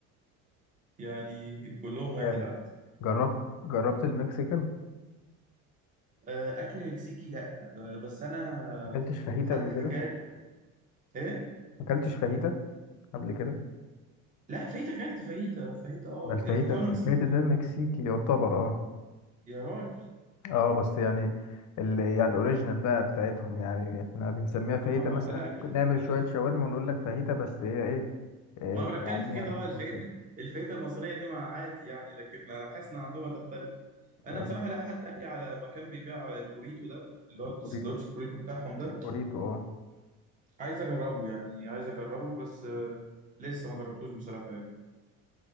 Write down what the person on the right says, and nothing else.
يعني كلهم واحد
عندي
آه اكل مكسيكي لا آه بس انا
حد
حكى لي ايه
لا فايته اكلت فايته فايته اه
يعني تعتبر
مكسيكي
يا راجل
اه
لا اكيد
هتختلف
ما
انا بتكلم
في كده اه
الفايده
<laughs> الفايده المصريه دي ما عادي يعني لكن انا حاسس ان عندهم هتختلف
انا بصراحه لا حد قال لي على مكان بيبيع البوريتو ده اللي هو
السندوتش البوريتو بتاعهم ده
وعايز اجربه يعني عايز اجربه بس آه، لسه ما جربتوش بصراحه يعني